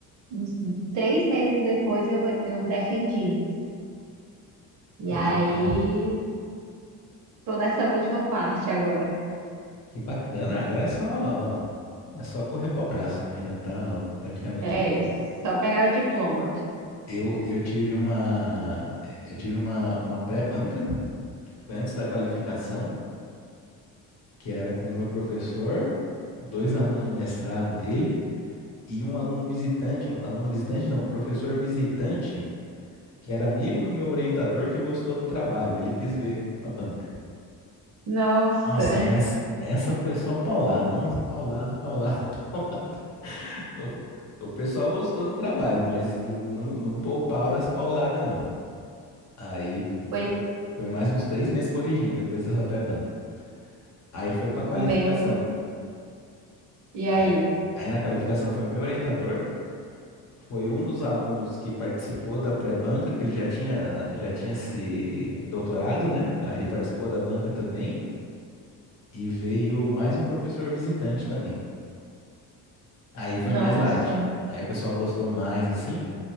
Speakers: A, on the right; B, on the left.
A: uns três meses depois eu, eu defendi. E
B: Legal.
A: aí tô nessa última parte agora.
B: Que bacana. Agora é só é só correr para o braço, né? Já tá praticamente
A: É,
B: pronta.
A: só pegar o diploma.
B: Eu, eu tive uma eu tive uma, uma pré-banca, que foi antes da qualificação, que era com o meu professor, dois alunos de mestrado dele e um aluno visitante, um aluno visitante não, um professor visitante, que era amigo do meu orientador que gostou do trabalho, ele quis ver a banca.
A: Nossa,
B: Nossa, essa essa foi só paulada. Nossa, paulada, paulada. <laughs> O, o pessoal gostou do trabalho, mas uh, não, não pouparam as pauladas, não. Aí
A: <laughs>
B: foi,
A: pois
B: foi mais uns três meses corrigindo depois dessa pré-banca. Aí foi para
A: o
B: qualificação.
A: meu. E aí?
B: Aí, aí na qualificação foi o meu orientador, foi um dos alunos que participou da pré-banca, que ele já tinha, já tinha se doutorado, né? Aí ele participou da banca também. E veio mais um professor visitante também. Aí foi
A: Nossa,
B: mais light. Aí o pessoal gostou mais, assim.